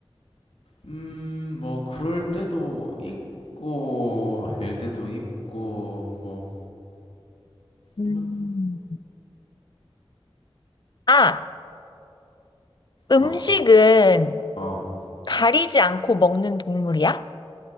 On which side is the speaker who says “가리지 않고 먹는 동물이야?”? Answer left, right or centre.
Left